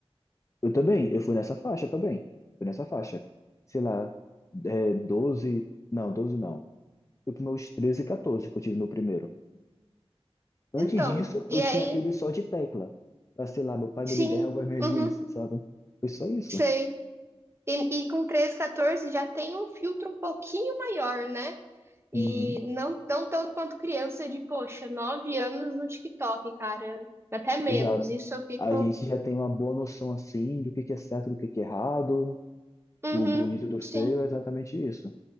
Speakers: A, on the left (about 30°); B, on the right (about 25°).
A: Eu também, eu fui nessa faixa também. Fui nessa faixa. Sei lá, é, 12, não, 12 não. Fui para meus 13 e 14 que eu tive meu primeiro. Antes
B: Então,
A: disso,
B: e
A: eu
B: aí,
A: tinha aquele só de tecla. Pra, sei lá, meu pai
B: sim,
A: me ligar em alguma emergência,
B: uhum,
A: sabe? Foi só isso.
B: sei. E, e com 13, 14 já tem um filtro um pouquinho maior, né? E
A: Uhum,
B: não, não tanto quanto criança de, poxa, 9 anos no TikTok, cara. Até menos.
A: exato.
B: Isso eu fico,
A: A gente já tem uma boa noção, assim, do que que é certo, do que que é errado,
B: uhum,
A: do bonito e do feio,
B: sim.
A: é exatamente isso.